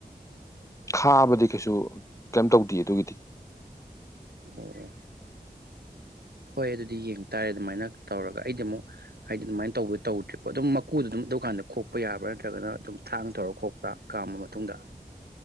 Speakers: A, on the left; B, on the right.
A: ꯈꯥꯕꯗꯤ ꯀꯩꯁꯨ ꯀꯩꯝ ꯇꯧꯗꯦ ꯑꯗꯨꯒꯤꯗꯤ
B: ꯑꯣ ꯍꯣꯏ ꯑꯗꯨꯗꯤ ꯌꯦꯡꯇꯥꯥꯔꯦ ꯑꯗꯨꯃꯥꯏꯅ ꯇꯧꯔꯒ ꯑꯩꯗꯤ ꯑꯃꯨꯛ ꯍꯥꯏꯗꯤ ꯑꯗꯨꯃꯥꯏꯅ ꯇꯧꯕ ꯇꯧꯗ꯭ꯔꯤꯕ ꯑꯗꯨꯝ ꯃꯀꯨꯗꯣ ꯑꯗꯨꯝ ꯗꯨꯀꯥꯟꯗ ꯈꯣꯛꯄ ꯌꯥꯕ꯭ꯔꯥ ꯅꯠꯇ꯭ꯔꯥꯒꯅ ꯑꯗꯨꯝ ꯊꯥꯡ ꯇꯧꯔ ꯈꯣꯛꯄ꯭ꯔꯥ ꯀꯥꯝꯕ ꯃꯇꯨꯡꯗ